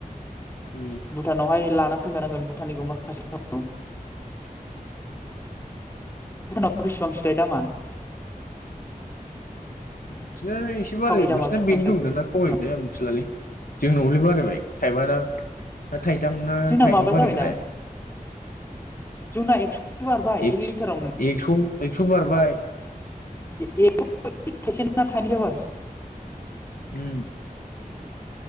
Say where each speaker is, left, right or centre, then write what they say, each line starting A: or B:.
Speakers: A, on the left (about 70°); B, on the left (about 15°).
A: उम
B: भुटानावहाय फैखानांगोन भुटानखौ माखासे भुटानाव बिसेबांसोथायाइ दामा
A: उ बिसोरना एसे बाराय
B: थावनि दामा
A: बिसिोरना
B: बेसेबांसो
A: बेनो ददोंना खमायदो मिथिलालै जोंनावलै बाराय थाइब ना थाइथाम ना
B: जोंना
A: थाइनै
B: माबा
A: बारायगलाय
B: जाबायना जोंना एकस'सो बारबाय एक
A: एक्स
B: लिटारावनो
A: एक्स' एक्स' बारबाय
B: <unintelligible> ना थाइनि जाबाय
A: उम।